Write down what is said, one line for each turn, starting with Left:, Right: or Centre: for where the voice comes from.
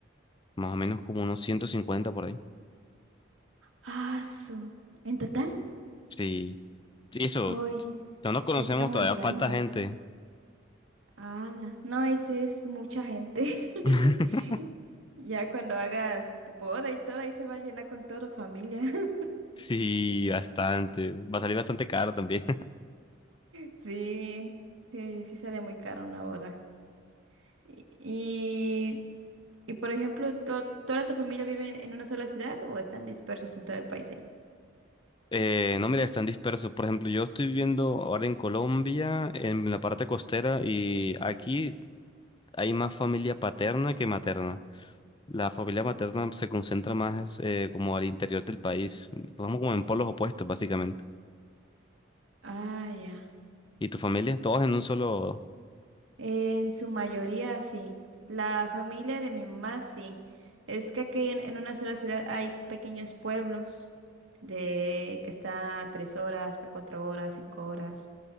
Left: más o menos como unos 150 por ahí.
Right: Ah, su. ¿En total?
Left: Sí, sí, eso,
Right: Ay,
Left: no nos
Right: sí
Left: conocemos,
Right: está muy
Left: todavía
Right: grande.
Left: falta gente.
Right: Ala. No, y sí es mucha gente. <laughs>
Left: <laughs>
Right: Ya cuando hagas tu boda y todo, ahí se va a llenar con toda la familia. <laughs>
Left: Sí, bastante. Va a salir bastante caro también.
Right: Sí, sí, sí sale muy caro una boda. Y, y, y, por ejemplo, ¿to- ¿toda tu familia vive en en una sola ciudad o están dispersos en todo el país ahí?
Left: Eh, no, mira, están dispersos. Por ejemplo, yo estoy viviendo ahora en Colombia, en la parte costera, y aquí hay más familia paterna que materna. La familia materna se concentra más eh, como al interior del país. Vamos como en polos opuestos, básicamente.
Right: Ah, ya.
Left: ¿Y tu familia? Todos en un solo...
Right: En su mayoría, sí. La familia de mi mamá, sí. Es que aquí en, en una sola ciudad hay pequeños pueblos de que está a tres horas, que a cuatro horas, cinco horas.